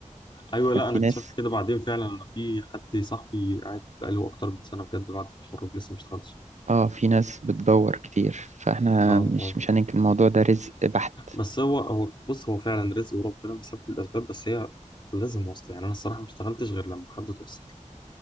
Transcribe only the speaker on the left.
ايوه
لا انا اكتشفت
كده بعدين فعلا انا في حد صاحبي قاعد بقاله اكتر من سنه بجد بعد التخرج لسه ما اشتغلش
اه
اه
بس هو هو بص هو فعلا رزق وربنا بيسبب الاسباب بس هي لازم واسطه يعني انا الصراحه ما اشتغلتش غير لما حد توسط لي